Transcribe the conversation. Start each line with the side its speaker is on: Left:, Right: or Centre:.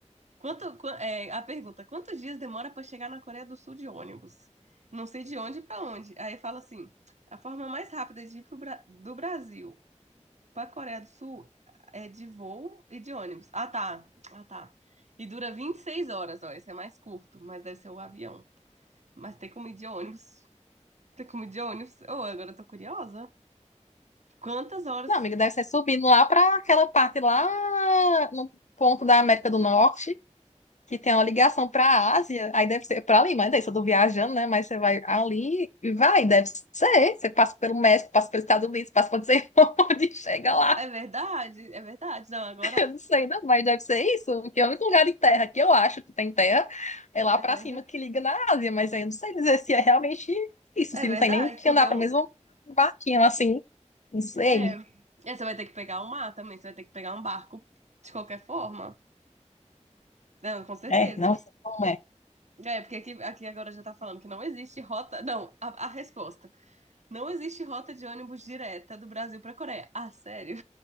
Right: Quanto, qua- é, a pergunta: quantos dias demora para chegar na Coreia do Sul de ônibus? Não sei de onde para onde. Aí fala assim: a forma mais rápida de ir pro Bra- do Brasil Pra Coreia do Sul é de voo e de ônibus. Ah, tá. Ah, tá. E dura 26 horas, ó. Esse é mais curto, mas deve ser o avião. Mas tem como ir de ônibus. Tem como ir de ônibus. Oh, agora eu tô curiosa. Quantas horas?
Left: Não, amiga, deve ser subindo lá para aquela parte lá no ponto da América do Norte, que tem uma ligação para a Ásia. Aí deve ser para ali, mas daí eu tô viajando, né? Mas você vai ali e vai, deve ser. Você passa pelo México, passa pelos Estados Unidos, passa por não sei <laughs> onde, chega lá.
Right: É verdade, é verdade. Não, agora
Left: <laughs> Eu não sei, não, mas deve ser isso, porque é o único lugar de terra que eu acho que tem terra é lá
Right: é
Left: pra
Right: verdade.
Left: cima que liga na Ásia, mas aí eu não sei dizer se é realmente isso,
Right: É
Left: se
Right: verdade,
Left: não tem nem que
Right: porque
Left: andar pra
Right: um.
Left: mesma barquinha assim, não sei.
Right: É. É, você vai ter que pegar um mar também, você vai ter que pegar um barco de qualquer forma. Não, com certeza.
Left: É, não sei como é.
Right: É, porque aqui, aqui agora já tá falando que não existe rota. Não, a, a resposta. Não existe rota de ônibus direta do Brasil pra Coreia. Ah, sério?